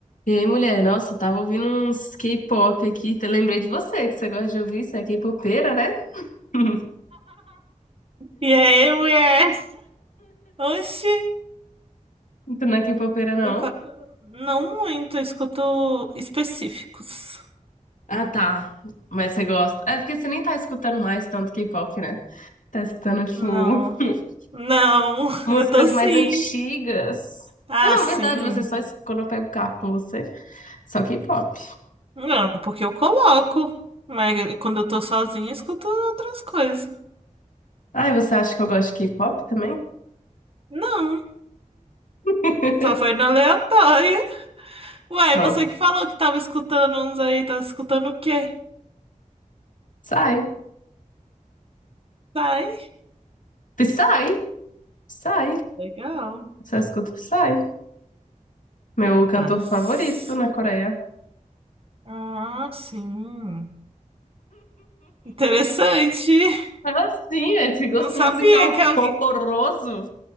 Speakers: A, on the left; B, on the right.
A: E aí, mulher? Nossa, eu tava ouvindo uns K-pop aqui. Te lembrei de você, que você gosta de ouvir. Você é K-popeira, né? <laughs>
B: E aí, mulher? Oxi,
A: Tu não é K-popeira, não?
B: eu ca- não muito, eu escuto específicos.
A: Ah, tá. Mas você gosta. É porque você nem tá escutando mais tanto K-pop, né? Tá escutando, tipo,
B: Não,
A: <laughs>
B: não, <laughs>
A: músicas
B: eu tô sim.
A: mais antigas.
B: Ah,
A: Ah, não,
B: sim.
A: verdade, você só escuta quando eu pego o carro com você, só K-pop.
B: Não, porque eu coloco. Mas quando eu tô sozinha, eu escuto outras coisas.
A: Ai, você acha que eu gosto de K-pop também?
B: Não,
A: <laughs>
B: só foi na aleatória. Ué,
A: Só.
B: você que falou que tava escutando uns aí, tava escutando o quê?
A: Psy.
B: Sai.
A: Psy. Psy.
B: Legal.
A: Só escuto Psy. Meu cantor
B: Mas.
A: favorito na Coreia.
B: Ah, sim. Interessante. <laughs>
A: Ah, sim, é, esse gosto
B: Não sabia
A: musical
B: que alguém.
A: horroroso.